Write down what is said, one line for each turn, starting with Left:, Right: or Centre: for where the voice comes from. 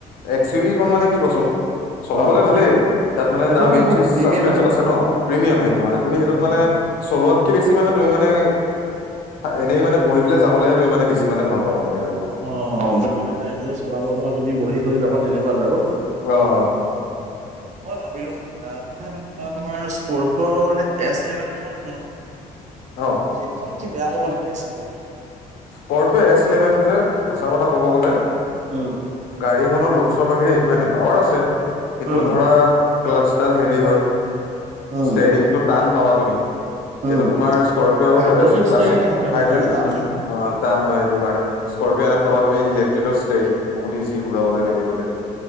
Left: এক্স ইউ ভি খন মানে কি কচোন? চলাবলে
Right: অ'
Left: ভালেই তাত মানে
Right: সেইটো
Left: দাভিঞ্চিচ
Right: বহুত প্ৰিমিয়াম
Left: চাচপেন্সন
Right: আৰু
Left: আছে নহ প্ৰিমিয়াম সেইটো মানে, তুমি সেইটোত
Right: সেইটোৱে।
Left: মানে চলোৱাত কে বেছিমানে তুমি মানে এনেই মানে বহি পেলাই যাবলৈহে তুমি মানে বেছি মানে ভাল পাবা মানে গড়ী।
Right: অহ বেলেগে ড্ৰাইভাৰে চলাব ধৰা তুমি বহি কৰি যাবা তেনেকুৱাত আৰু।
Left: অহ।
Right: মই ভাবিলো ন মানে এ তোমাৰ স্ক'ৰ্পিঅ মানে এছ ইলেভেন এখন যোনখন <inaudible>
Left: অহ
Right: সেইখন কি বেয়া হব নেকি এচ ইলেভেন?
Left: স্কৰ্পিঅ এচ ইলেভেনত যে সঁচা কথা ক'ব গ'লে
Right: উম।
Left: গাড়ীখনৰ লোকচৰ বাহিৰে একোৱে নাই পাৱাৰ আছে কিন্তু
Right: উম।
Left: ধৰা ক্লাছডাল হেভি হয়।
Right: উম,
Left: ষ্টেৰিংটো টান পাবা তুমি। এইটো
Right: উম,
Left: তোমাৰ স্কৰপিঅ'
Right: হাইড্ৰলিক
Left: ক্লাছিক
Right: ষ্টেৰিং আহে
Left: হাইড্ৰল
Right: <inaudible>
Left: অ তান হয় সেইটো কাৰণে স্কপিঅ খনট পাবা তুমি ইলেক্ট্ৰিকেল ষ্টেৰী বহুত ইজি ঘূৰাবলৈ মেলিবলৈ